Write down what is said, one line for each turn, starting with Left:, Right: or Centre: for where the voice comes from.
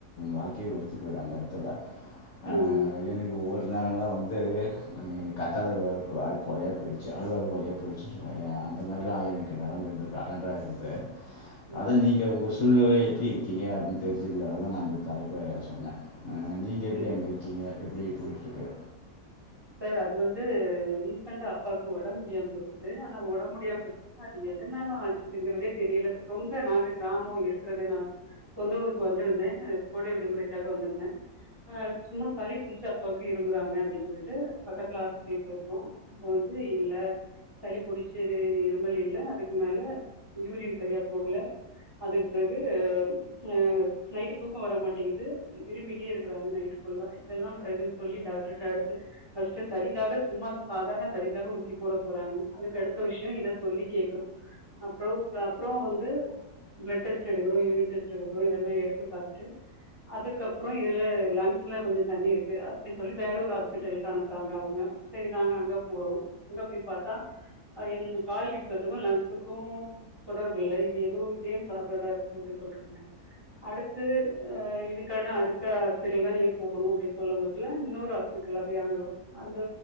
Left: வாழ்க்கையே
Right: ம்
Left: வெறுத்து போய்டுஅந்த இடத்துல
Right: ம்
Left: ஆ எனக்கு ஒரு நேரல்லா வந்து வந்து கத்தாத அது கொறையா போயிடுச்சு அழுவாத கொறையா போயிடுச்சு சொல்லுவா ஏ அந்த மாரிலா நெலம வந்துருக்கு அட்டெண்டரா இருந்து
Right: !
Left: அதுநீங்க உங்க சூழ்நிலை எப்டி இருக்கீங்க அப்டின்னு தெரிஞ்சிக்கிதுகாகதா நா இந்த தலைப்பே சொன்னே ஆ நீங்க
Right: ம்
Left: எப்டி அங்க இருக்கீங்க எப்டி போய்ட்டுருக்கு
Right: சார் அது வந்து ரீசண்டா அப்பாக்கு ஒடம்பு முடியாம போச்சுது ஆனா ஒடம்ப முடியாம போச்சு அது எதனால ஆச்சுதுங்கறதே தெரியல ரொம்ப நாங்க கிராமோ இருக்குறதுன்னா சொந்த ஊருக்கு வந்துருந்தே கோடை விடுமுறைக்காக வந்துருந்தே ஆ சும்மா சளி பிடிச்ச அப்பாவுக்கு இருமுறாங்க அப்டின்னு சொல்லிட் டு பக்கத்துல ஹாஸ்பிடல் போயிருக்கோ இப்ப வந்து இல்ல சளி புடிச்சு இது இருமல் இல்ல அதுக்கு மேல யூரின் சரியா போகல அதுக்கு பிறகு ஆ நைட்டு தூக்கோ வரமாட்டேங்குது இருமிட்டே இருக்குறாங்க நைட்டு ஃபுல்லா இதெல்லா பிறகு சொல்லி டாக்டர்ட்ட அடுத்து ஃபர்ஸ்ட் சளிக்காக சும்மா சாதாரண சளிக்காக ஊசி போட போறாங்க அதுக்கு அடுத்த விஷயோ இத சொல்லி கேக்குறோ அப்பறோ அப்பறோ வந்து பிளட் டெஸ்ட் எடுக்குறோ யூரின் டெஸ்ட் எடுக்கிறோ இதெல்லா எத்து பாத்துட்டு அதுக்கப்பற இதுல லங்ஸ்ல கொஞ்ச தண்ணி இருக்கு அப்டி சொல்லி வேற ஒரு ஹாஸ் பிட்டலுக்கு அனுப்புறாங்க அவங்க சரி நாங்க அங்க போறோ அங்க போய் பாத்தா ஆ என் கால் வீக்கதுக்கு லன்ஸ்க்கு தொடர்பு இல்லை இது எதோ இதய சார்ந்ததா இருக்கு அப்டி சொல்றாங்க அடுத்து ஆ இதுக்காக அடுத்த ஹாஸ்பிட்டல் தா நீ போகணு அப்டின்னு சொல்ல மொச்சல இன்னோறு ஹாஸ்பிட் டல் அணுகிறோ அந்த